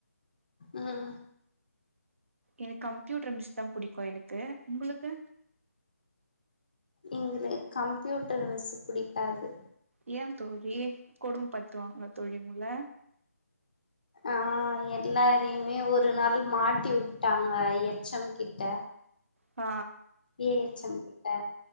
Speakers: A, on the left; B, on the right.
A: ம்
B: எனக் கம்ப்யூட்ரு மிஸ் தா புடிக்கு எனக்கு உங்குளுக்கு
A: எங்களுக் கம்ப்யூட்டரு மிஸ்ஸு புடிக்காது
B: ஏ தோழி கொடும் பத்துவாங்ளா தோழி உங்கள
A: ஆ அ எல்லாரியுமே ஒரு நாள் மாட்டி வுட்டாங்க எச் எம் கிட்ட
B: ஆ
A: ஏ எச் எம் கிட்ட